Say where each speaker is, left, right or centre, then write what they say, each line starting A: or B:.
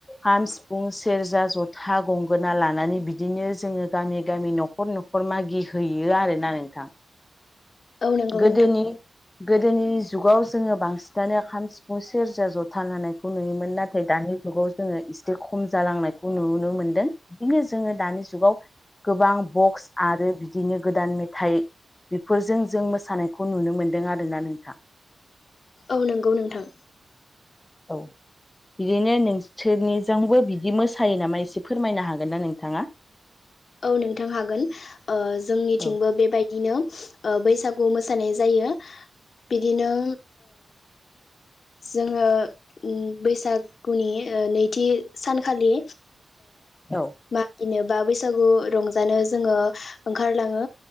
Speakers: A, on the left; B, on the left.
A: खाम सिफुं सेरजा जथा गंगोना लानानै बिदिनो जोङो गामि गामि न'खर न'खर मागि हैैयो आरोना नोंथां
B: औ नंगौ
A: गोदोनि
B: नोंथां
A: गोदोनि जुगाव जोङो बांसिनानो खाम सिफुं सेरजा जथा लानायखौ नुयोमोन नाथाय दानि जुगाव जोङो एसे खम जालांनायखौ नुनो मोनदों बिदिनो जोङो दानि जुगाव गोबां बक्स आरो बिदिनो गोदान मेथाइ बेफोरजों जों मोसानायखौ नुनो मोन्दों आरोना नोंथां
B: औ नंगौ नोंथां
A: औ बिदिनो नोंसोरनिजोंबो बिदि मोसायो नामा एसे फोरमायनो हागोन ना नोंथाङा
B: औ नोंथां हागोन ओ जोंनिथिंबो
A: औ
B: बेबाय दिनो ओ बैसागु मोसानाय जायो बिदिनो जोङो बैसागुनि नैथि सानखालि
A: औ
B: मागिनोबा बैसागु रंजानो जोङो ओंखारलाङो